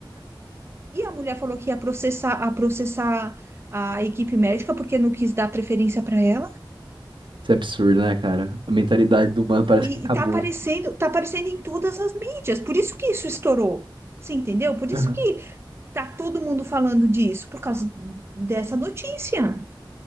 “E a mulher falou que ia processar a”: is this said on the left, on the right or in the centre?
Right